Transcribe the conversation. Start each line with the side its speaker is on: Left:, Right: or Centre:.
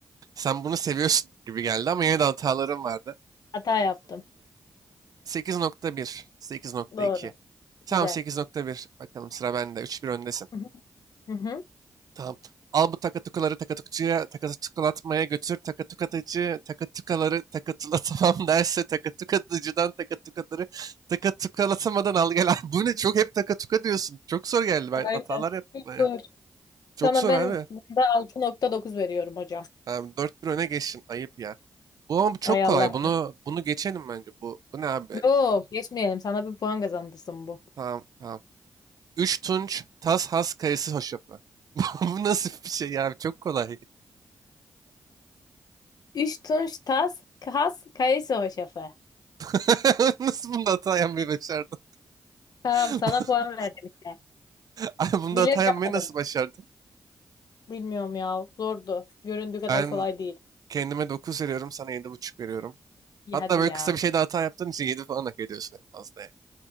Right: Sen bunu seviyorsun gibi geldi ama yine de hatalarım vardı.
Left: Hata yaptım.
Right: 8.8.1, 8.2.
Left: Doğru.
Right: Tamam
Left: Güzel.
Right: 8.1. Bakalım sıra bende. Üç bir öndesin.
Left: Hı hı. Hı hı.
Right: Tamam. Al bu takatukaları takatukucuya takatukulatmaya götür. Takatukatıcı takatukaları takatula tamam <laughs> derse takatukatıcıdan takatukaları takatukalatamadan al gel. <laughs> Bu ne? Çok hep takatuka diyorsun. Çok zor geldi. Ben
Left: Aynen.
Right: hatalar yaptım.
Left: Çok
Right: bayağı.
Left: zor.
Right: Çok
Left: Sana
Right: zor
Left: ben
Right: abi.
Left: bunda altı nokta dokuz veriyorum hocam.
Right: Abi 4-1 öne geçtin. Ayıp ya. Bu ama çok
Left: Ay
Right: kolay.
Left: Allah.
Right: Bunu bunu geçelim bence. Bu bu ne abi?
Left: Yok geçmeyelim. Sana bir puan kazandırsın bu.
Right: Tamam tamam. 3 tunç tas has kayısı hoşafı. <laughs> Bu bu nasıl bir şey ya abi? Çok kolay.
Left: Üç tunç tas kas kayısı hoşafı.
Right: <laughs> Nasıl bunda hata yapmayı başardın?
Left: Tamam
Right: <laughs>
Left: sana puan verdim işte.
Right: Ay bunda
Left: Bilerek
Right: hata yapmayı
Left: yapmadım.
Right: nasıl başardın?
Left: Bilmiyorum ya. Zordu. Göründüğü kadar
Right: Ben
Left: kolay değil.
Right: kendime 9 veriyorum. Sana yedi buçuk veriyorum.
Left: İyi
Right: Hatta
Left: hadi
Right: böyle
Left: ya.
Right: kısa bir şeyde hata yaptığın için 7 falan hak ediyorsun en fazla. yani.